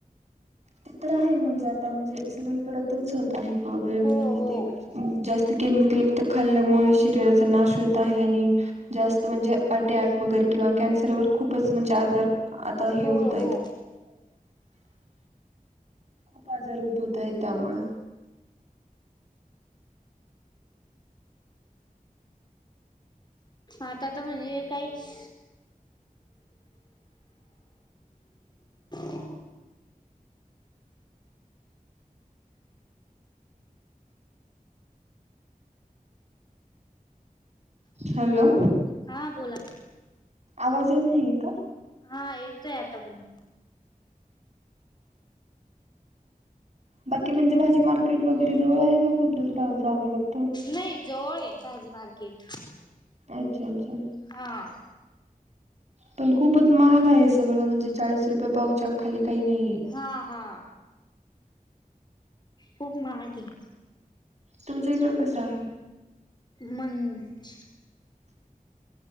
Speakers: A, on the right (about 50°); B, on the left (about 30°).
A: ते तर आहे म्हणजे आता म्हणजे सगळीकडे तेच होत आहे प्रॉब्लेम
B: हो
A: म्हणजे
B: हो
A: ते जास्त केमिक त खाल्ल्यामुळे शरीराचा नाश होत आहे आणि जास्त म्हणजे अटक वगर किंवा खूपच म्हणजे आजार आता हे
B: हो
A: होतय
B: हो
A: <unintelligible> खूप आजार उद्भवत आहेत त्यामुळे
B: आता तर म्हणजे काहीच <inaudible> आ
A: हॅलो
B: हा बोला
A: आवाज येत नाहीे का
B: हा येतय आता पुला
A: बाकी म्हणजे भाजी मार्केट वगैरे जवळ आहे का खूप दूर जावं लाग
B: नाही जवळ भाजी मार्केट <unintelligible>
A: अच्छा अच्छा
B: हा
A: पण खूपच महागा आहे सगळं म्हणजे चाळीस रुपये पावच्या खाली काही नाहीये
B: हा हा खूप महाग आहे
A: तुमच्या इकड कसं आहे
B: मंच